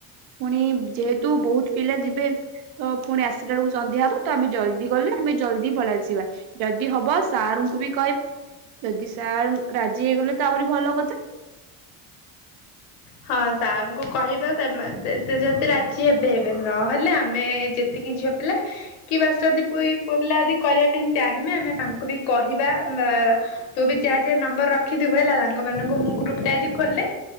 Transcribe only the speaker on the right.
ପୁଣି ଯେହେତୁ ବହୁତ ପିଲା ଯିବେ ତ ପୁଣି ଆସିଲା ବେଳକୁ ସନ୍ଧ୍ୟା ହବ। ତ ଆମେ ଜଲ୍ଦି ଗଲେ, ଆମେ ଜଲ୍ଦି ପଳେଇ ଆସିବା। ଯଦି ହବ ସାରଙ୍କୁ ବି କହିବା। ଯଦି ସାର୍ ରାଜି ହେଇଗଲେ ତ ଆହୁରି ଭଲ କଥା।